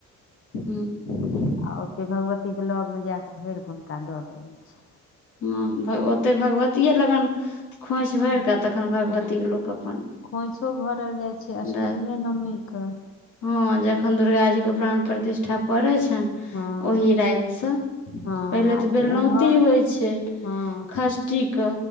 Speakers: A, on the left (about 80°); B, on the left (about 45°).
A: हु
B: आ ओतै भगवती क लग मे जा कऽ भरि कऽ हुनका दऽ देने छन
A: हँ ओतै भगवतीये लगन खोइछ भरि
B: ह
A: कऽ तखन भगवतीके
B: हूँ
A: लोक अपन
B: खोँइछो भरल जाइ छै अष्टमिए
A: दऽ
B: नमी कह
A: हँ जखन दुर्गा जी के प्राण प्रतिष्ठा पड़ै छैन
B: हँ
A: ओहि राति सँ
B: हँ
A: पहिले
B: आ
A: तऽ बेलनौती
B: एम्हर
A: होइ छै
B: हँ
A: खस कीक